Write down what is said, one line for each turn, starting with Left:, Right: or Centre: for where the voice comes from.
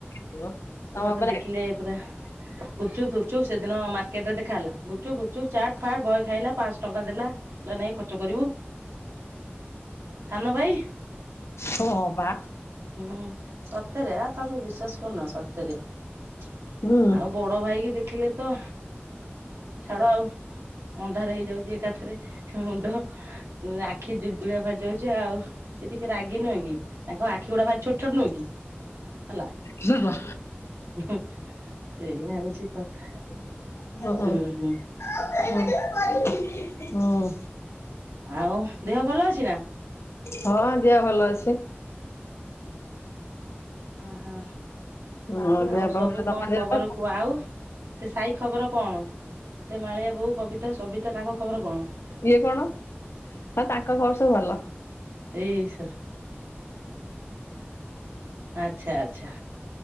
Left: ଥିବ
Right: ସେ
Left: ତମ
Right: ମତେ
Left: ପରା
Right: ଦେଖିଲେ ପୁରା ଗୁପଚୁପ ଫୁପଚୁପ ସେଦିନ ମାର୍କେଟରେ ଦେଖା ହେଲା, ଗୁଚୁ ଫୁଚୁ ଚାଟ୍ ଫାଟ ବହେ ଖାଇଲା। ପାଞ୍ଚ ଟଙ୍କା ଦେଲା, ନେ ଖର୍ଚ୍ଚ କରିବୁ, ସାନ ଭାଇ
Left: ହ ବା।
Right: ହୁଁ ସତରେ ଆ ତମେ ବିଶ୍ବାସ କରୁନ ସତରେ। ଆଉ
Left: ହୁଁ
Right: ବଡ ବଡ ଭାଇକି ଦେଖିଲେ ତ ଛାଡ ଆଉ ଅନ୍ଧାର ହେଇଯାଉଛି ଏକାଥରେ ମୁଣ୍ଡ, ଆଖି ଜୁଲଗୁଳିଆ ଫଡି ଯାଉଛି ଆଉ ସେ ଟିକେ ରାଗି ନୁହେଁ କି? ତାଙ୍କ ଆ ତାଙ୍କର ଛୋଟ ଛୋଟ ନୁହଁ କି ହେଲା।
Left: ଛୋଟ
Right: ହୁଁ ସେଇୟା ହଉଛି କଥା।
Left: ହଁ
Right: ହୁଁ
Left: ହଁ
Right: ହୁଁ
Left: ହଁ <unintelligible>
Right: ଆଉ ଦେହ ଭଲ ଅଛି ନା?
Left: ହଁ ଦେହ ଭଲ ଅଛି।
Right: ଓହୋ
Left: ହଁ ଦେହ
Right: ଆଉ
Left: ପା
Right: ସବୁ
Left: ଭଲ ତମ
Right: କଣ
Left: ଦେହ
Right: ଖବର?
Left: ପା
Right: କୁ ଆଉ ସେ ସାଇ ଖବର କଣ ସେ ମାଳିଆ ବୋଉ କବିତା ସବିତା ତାଙ୍କ ଖବର କଣ?
Left: ଇଏ କଣ ହଁ ତାଙ୍କ ଖବର ସବୁ ଭଲ।
Right: ହେଇସ୍। ଆଚ୍ଛା ଆଚ୍ଛା